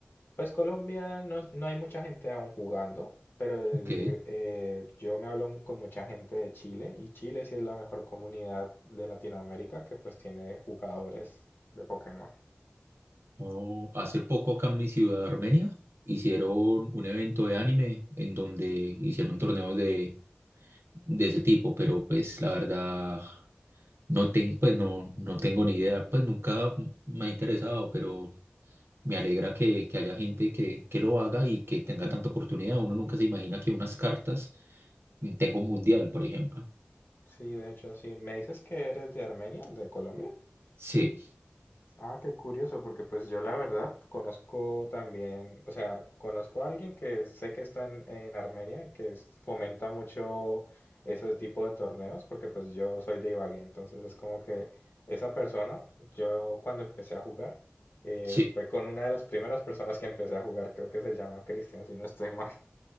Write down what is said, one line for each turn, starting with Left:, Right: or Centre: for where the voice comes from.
Left: pues Colombia no, no hay mucha gente aún jugando, pero el
Right: Ok.
Left: di- eh, yo me hablo mu- con mucha gente de Chile y Chile sí es la mejor comunidad de Latinoamérica que pues tiene jugadores de Pokémon.
Right: No, hace poco acá en mi ciudad, Armenia, hicieron un evento de anime en donde hicieron torneos de, de ese tipo, pero pues la verdad no, ten- pues, no, no tengo ni idea, pues nunca me ha interesado, pero me alegra que, que haya gente que, que lo haga y que tenga tanta oportunidad. Uno nunca se imagina que unas cartas tenga un mundial, por ejemplo.
Left: Sí, de hecho, sí. ¿Me dices que eres de Armenia, de Colombia?
Right: Sí,
Left: Ah, qué curioso, porque pues yo la verdad conozco también, o sea, conozco a alguien que sé que está en, en Armenia, que es- fomenta mucho ese tipo de torneos, porque pues yo soy de Ibagué, entonces es como que esa persona, yo cuando empecé a jugar, eh,
Right: sí.
Left: fue con una de las primeras personas que empecé a jugar, creo que se llama Cristian, si no estoy mal.